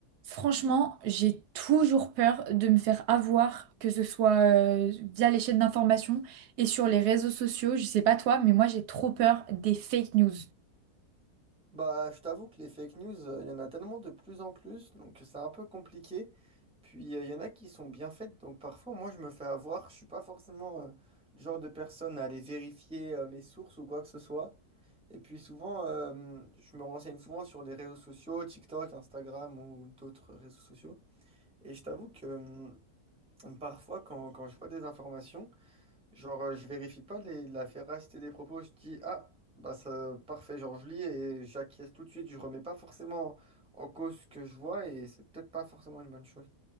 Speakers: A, on the right; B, in the centre.
A: Franchement, j'ai toujours peur de me faire avoir, que ce soit euh, via les chaînes d'information et sur les réseaux sociaux. Je sais pas toi, mais moi j'ai trop peur des fake news.
B: Bah, je t'avoue que les fake news, euh, il y en a tellement de plus en plus, donc c'est un peu compliqué. Puis euh, il y en a qui sont bien faites, donc parfois moi je me fais avoir, je suis pas forcément euh, le genre de personne à aller vérifier euh, mes sources ou quoi que ce soit. Et puis souvent, euh, je me renseigne souvent sur les réseaux sociaux, TikTok, Instagram ou d'autres réseaux sociaux. Et je t'avoue que euh, parfois quand, quand je vois des informations, Genre, euh, je vérifie pas les- la véracité des propos, je dis, ah, bah ça, parfait, genre je lis et j'acquiesce tout de suite, je remets pas forcément en cause ce que je vois et c'est peut-être pas forcément une bonne chose.